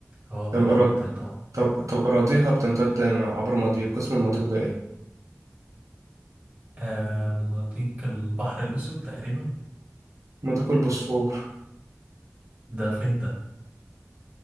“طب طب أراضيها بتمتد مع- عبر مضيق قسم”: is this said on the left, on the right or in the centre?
Right